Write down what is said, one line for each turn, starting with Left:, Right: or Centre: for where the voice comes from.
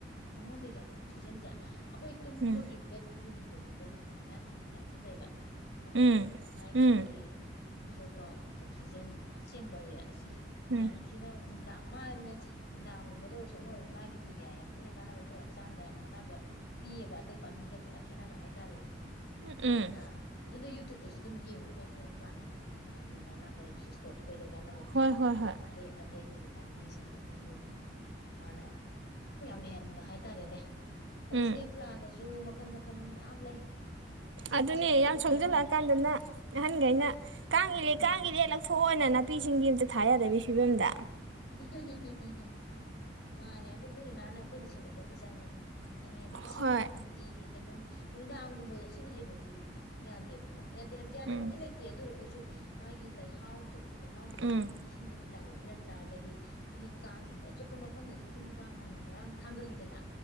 Left: ꯃꯉꯣꯟꯗ ꯌꯥꯝ ꯑꯣꯛꯁꯤꯖꯦꯟꯁꯦ ꯑꯩꯈꯣꯏ ꯇꯨꯝꯕꯒꯤ
Right: ꯎꯝ
Left: ꯕꯦꯠ ꯔꯨꯝꯗꯐꯥꯎꯗ ꯂꯨꯈꯨꯝ ꯃꯌꯥ ꯊꯝꯕꯅ ꯌꯥꯝꯊꯤ ꯐꯩꯕ ꯈꯪꯉꯕ
Right: ꯎꯝ
Left: ꯃꯥ ꯑꯩꯉꯣꯟꯗꯒꯤ
Right: ꯎꯝ
Left: ꯄꯤꯊꯣꯔꯛꯄ ꯑꯣꯛꯁꯤꯖꯦꯟ ꯑꯁꯦꯡꯕꯁꯦ ꯑꯁꯤ
Right: ꯎꯝ
Left: ꯌꯥꯝ ꯊꯤꯅ ꯅꯨꯡꯗꯥꯡ ꯃꯥꯕꯅꯦ ꯅꯨꯡꯗꯥꯡꯒꯨꯝꯕꯗ ꯑꯣꯏꯁꯨ ꯑꯃ ꯑꯣꯏꯔꯁꯨ ꯃꯥꯒꯤꯗꯤꯅꯦ ꯌꯥꯝ ꯊꯤꯅ ꯀꯥꯟꯅꯕ ꯑꯩꯈꯣꯏ ꯍꯛꯆꯥꯡꯗ ꯀꯥꯟꯅꯕ ꯄꯤꯌꯦꯕ ꯑꯇꯩ ꯄꯥꯝꯕꯤꯒ ꯈꯇꯪ ꯈꯦꯠꯅꯕ ꯍꯥꯏꯇꯥꯔꯦꯅꯦ
Right: ꯎ ꯎꯝ
Left: ꯑꯗꯨꯅ ꯑꯗꯨꯅ ꯌꯨꯇ꯭ꯌꯨꯇꯁꯨ ꯑꯗꯨꯝ ꯌꯦꯡꯉꯣꯕ ꯁ꯭ꯅꯦꯞꯄ꯭ꯂꯥꯟꯒꯤ ꯃꯥꯒꯤ ꯀꯥꯟꯅꯕ ꯌꯨꯁꯦꯁꯇꯣ ꯑꯩꯈꯣꯏꯗ ꯀꯥꯟꯅꯕ ꯄꯤꯕꯗꯣ
Right: ꯍꯣꯏ ꯍꯣꯏ ꯍꯣꯏ
Left: ꯑꯗꯩ ꯑꯇꯩꯒꯤ ꯄꯥꯝꯕꯤꯁꯤꯡꯗꯗꯒꯤꯁꯨ ꯃꯥꯅꯦ ꯌꯥꯝ ꯍꯦꯟꯕ ꯍꯥꯏꯇꯥꯔꯦꯅꯦ ꯑ
Right: ꯎꯝ
Left: ꯏꯁꯅꯦꯛ ꯄ꯭ꯂꯥꯟꯗꯁꯨ ꯃꯈꯟ ꯃꯈꯟ ꯃꯌꯥꯝ ꯂꯩ ꯃꯆꯨ
Right: ꯑꯗꯨ
Left: ꯐꯖ
Right: ꯑꯗꯨꯅꯦ
Left: ꯐꯖꯕ
Right: ꯌꯥ ꯁꯣꯖꯜꯂꯛꯑꯀꯥꯟꯗꯅ
Left: ꯃꯌꯥꯝ ꯂꯩ
Right: ꯑꯍꯟꯈꯩꯅ ꯀꯥꯡꯉꯔꯦ
Left: ꯎꯝ
Right: ꯀꯥꯡ ꯏꯔꯦ ꯂꯧꯊꯣꯛꯑꯣꯅ ꯅꯥꯄꯤ ꯁꯤꯡꯕꯤ ꯑꯝꯇ ꯊꯥ ꯀ ꯌꯥꯗꯕꯤ ꯐꯤꯕꯝꯗ
Left: ꯎ ꯎ ꯎ ꯃꯥꯅꯦ ꯑꯗꯨ ꯂꯨꯅ ꯅꯥꯟꯅ ꯑꯩꯈꯣꯏꯅ ꯁꯦꯡꯗꯣꯛꯄ ꯑꯃꯗꯤ ꯆꯪꯏꯤ ꯆꯪꯉꯦ ꯍꯥꯏꯗꯤ ꯏꯁꯤꯡ
Right: ꯍꯣꯏ
Left: ꯅꯨꯡꯇꯤꯒꯤ ꯍꯥꯏꯕ ꯑꯃ ꯅꯨꯡꯗꯥꯡꯒꯨꯝꯕꯗ ꯏꯁꯤꯡ ꯍꯩꯕꯅꯤ ꯌꯥꯗꯦꯕꯀꯣ ꯌꯥꯗꯦ ꯍꯥꯏ ꯌꯥꯗꯕꯕꯨꯗꯤ
Right: ꯎꯝ
Left: ꯂꯩꯇꯦ ꯑꯗꯨꯒ ꯁꯨ ꯃꯥꯒꯤ ꯂꯩꯍꯥꯎꯗꯣ ꯂꯩꯍꯥꯎꯁꯤꯗ ꯑꯩꯈꯣꯏꯒꯤ
Right: ꯎꯝ
Left: ꯏꯁꯤꯡꯁ ꯅꯨꯡꯗꯥꯡꯗ ꯄꯤꯔꯝ ꯍꯥꯏꯔꯒꯗꯤ ꯇꯨꯃꯤꯠ ꯀꯥꯡ ꯏꯟꯕ ꯆꯠꯄ ꯃꯐꯝꯗꯗꯤ ꯇꯤꯟ ꯀꯥꯡꯍꯟ ꯉꯔꯥꯡ ꯊꯥꯡꯒꯜꯂꯤꯗꯅ